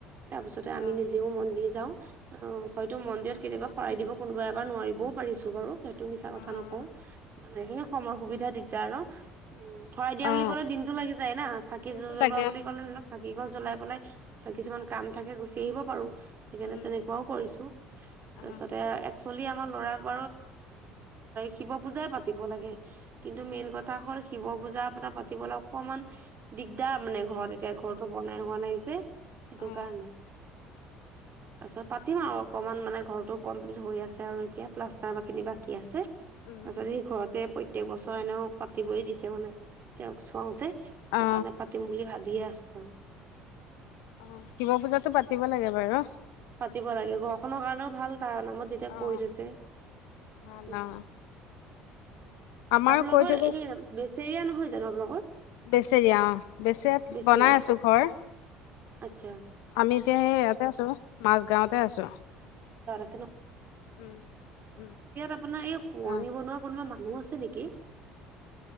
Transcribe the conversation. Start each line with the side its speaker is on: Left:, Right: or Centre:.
Right: তাৰপিছতে আমি
Left: অ
Right: নিজেও মন্দিৰ যাওঁ অ হয়তো মন্দিৰত কেতিয়াবা শৰাই দিব কোনোবা এবাৰ নোৱাৰিব বও পাৰিছো বাৰু সেইটো মিছা কথা
Left: অ অ
Right: নকওঁ মানে সেই সময় সুবিধা দিগদাৰ ন উম হৰাই দিয়া বুলি
Left: অ
Right: ক'লে দিনতটো লাগি যায় না চাকি
Left: দিনটো
Right: জ্বলোৱা
Left: লাগে
Right: বুলি ক'লে ধক খাকি গছ জ্বলাই পেলাই কিছুমান কাম থাকে গুচি আহিব পাৰো সেইকাৰণে
Left: উম
Right: তেনেকুৱাও কৰিছো তাৰপিছতে
Left: অ
Right: একচুৱেলি আমাৰ ল'ৰা ব শিৱ পূজাই পাতিব লাগে কিন্তু মেইন কথা হ'ল শি পজা পাতিবলৈ অকমান দিগদাৰ মানে ঘৰত এতিয়া ঘৰটো বনাই হোৱা নাই যে সেইটো
Left: অ
Right: কাৰণে তাৰপিছত পাতিম আৰু অকমান মানে ঘৰটো কমপ্লিট হৈ আছে আৰু এতিয়া প্লাষ্টাৰ বা খিনি বাকী আছে তাৰ
Left: উম
Right: পিছত সেই ঘৰতে প্ৰত্যেক বছৰ এনেওঁ পাতিবই দিছে মানে তেওঁক চুৱওতে সেইটো
Left: অ
Right: কাৰণে পাতিম বুলি ভাবি বিৰাজ কৰোঁ
Left: অ শিৱ পূজাতো পাতিব লাগে বাৰু
Right: পাতিব লাগে ঘৰখনৰ কাৰণেও ভাল তাৰ নামত যেতিয়া
Left: অ
Right: কৈ থৈছে
Left: ভাল
Right: উম
Left: অ আমাৰো
Right: আপোনালোকৰ
Left: কৈ থৈছে
Right: এই বেচেৰিয়া নহয় জানো আপোনালোকৰ
Left: বেচেৰিয়া অ বে চে
Right: বেচেৰিয়া
Left: বনাই আছো ঘৰ
Right: আচ্ছা
Left: আমি এতিয়া সেই ইয়াতে আছো মাজগাৱতে আছো
Right: অ এটাছেয়াত
Left: উম উম
Right: আপোনাৰ এই খুৱনি
Left: অ
Right: বনোৱা কোনোবা মা মনো আছে নেকি